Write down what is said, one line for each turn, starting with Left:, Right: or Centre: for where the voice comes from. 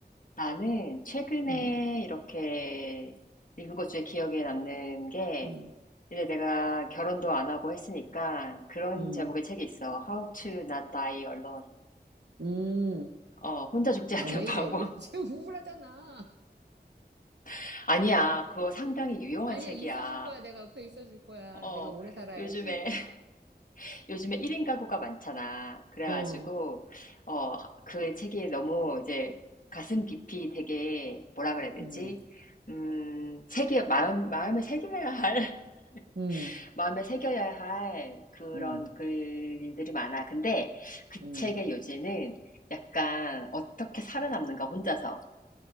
Left: 나는 최근에
Right: 응,
Left: 이렇게 읽은 것 중에 기억에 남는 게,
Right: 응,
Left: 이제 내가 결혼도 안 하고 했으니까 그런
Right: 응,
Left: 제목의 책이 있어. How to Not Die Alone.
Right: 응.
Left: 어, 혼자 죽지 않는
Right: 아, 왜
Left: 방법.
Right: 이래? <laughs> 지금 우울하잖아.
Left: <laughs> 아니야, 그거 상당히 유용한
Right: 아니야,
Left: 책이야.
Right: 있어줄 거야. 내가 옆에 있어줄 거야.
Left: 어,
Right: 내가 오래 살아야지.
Left: 요즘에, <laughs> 요즘에 1인 가구가 많잖아. 그래가지고,
Right: 어,
Left: 어, 그 책이 너무 이제 가슴 깊이 되게, 뭐라 그래야 되지?
Right: 음,
Left: 음, 새겨, 마음, 마음에 새겨야 할, <laughs>
Right: 음,
Left: 마음에 새겨야 할 그런
Right: 음,
Left: 글들이 많아. 근데 그
Right: 음.
Left: 책의 요지는 약간 어떻게 살아남는가, 혼자서.